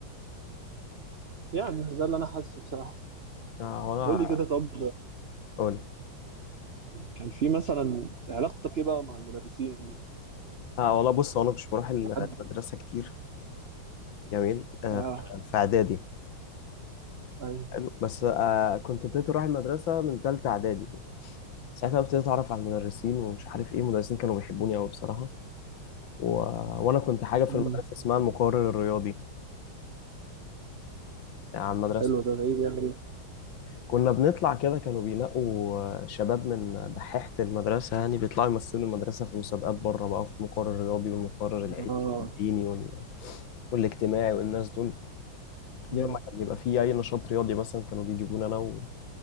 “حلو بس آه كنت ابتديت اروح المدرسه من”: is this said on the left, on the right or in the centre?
Left